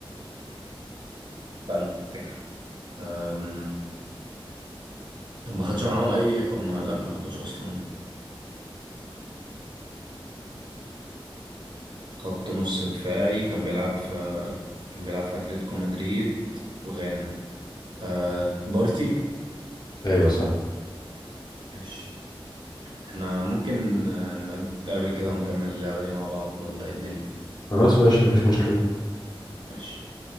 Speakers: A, on the right (about 55°); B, on the left (about 45°).
A: استنى أفتكره أم، طب ما خدش معاهم أي أو ما... لا ما خدوش أصلا خط نص دفاعي كان بيلعب في كان بيلعب في أتلتيكو مدريد وغانا أه... بارتي
B: ايوه صح
A: ماشي احنا ممكن آه، نبقى نتقابل كده ونكمل اللعبة دي مع بعض ولا ايه الدنيا
B: خلاص ماشي مفيش مشكلة
A: ماشي